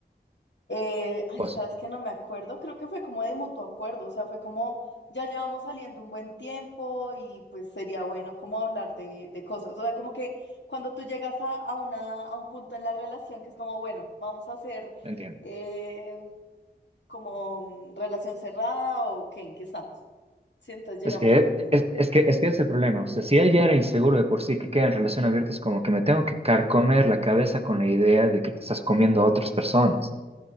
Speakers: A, on the left; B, on the right.
A: Eh, ay,
B: Pues,
A: sabes que no me acuerdo, creo que fue como de mutuo acuerdo, o sea, fue como ya llevamos saliendo un buen tiempo y pues sería bueno como hablar de, de cosas, o sea, como que cuando tú llegas a, a una, a un punto en la relación que es como, bueno, vamos a hacer
B: entiendo.
A: eh, como mm, relación cerrada o qué, en qué estamos, sí, entonces llegamos
B: Es que
A: a ese punto.
B: es, es que es que es el problema. O sea, si él ya era inseguro de por sí, que queda en relación abierta, es como que me tengo que carcomer la cabeza con la idea de que te estás comiendo a otras personas.